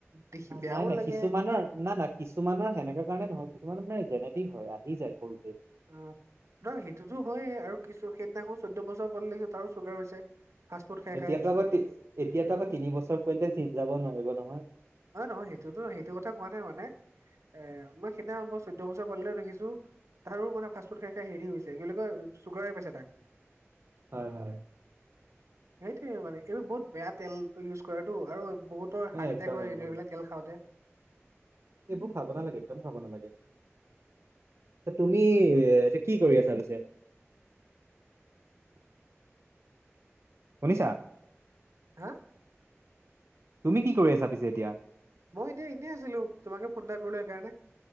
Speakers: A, on the right; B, on the right.
A: দেখি বেয়াও
B: নাই, নাই
A: লাগে
B: কিছুমানৰ নাই, নাই কিছুমানৰ সেনেকা কাৰণে নহয় কিছুমানৰ মানে জেনেটিক হয় আহি যায় সৰুতে
A: অ', নহ সেইটোতো হয় আৰু কিছু সেইদিনাখনো চৈধ্যয় বছৰ পোৱালিগে তাৰো চুগাৰ হৈছে। ফাষ্ট ফুড খাই
B: এতিয়াতো
A: খাই
B: আকৌতি এতিয়াতো আকৌ তিন বছৰ পতে জিম যাব নোৱাৰিব নহয়।
A: হয়, নহয় সেইটোতো সেইটো কথা কোৱা নাই মানে এ মই সেইদিনা মই চৈধ্য বছৰ পোৱালি এটাক দেখিছোঁ তাৰো মানে ফাষ্টফুড খাই, খাই হেৰি হৈছে কি চুগাৰে পাইছে তাক।
B: হয়, হয়।
A: সেইটোয়ে মানে এইবোৰ বহুত বেয়া তেল ইউজ কৰাটো আৰু বহুত ত' হাৰ্ট
B: একদম
A: এটেক হয়
B: একদম
A: এই এইবিলাক তেল খাওঁতে।
B: এইবোৰ খাব নালাগে একদম খাব নালাগে। তুমি এতিয়া কি কৰি আছা পিছে? শুনিছা।
A: হা।
B: তুমি কি কৰি আছা পিছে এতিয়া?
A: মই এতিয়া এনেই আছিলোঁ, তোমাকে ফোন এটা কৰিলোঁ সেইকাৰণে।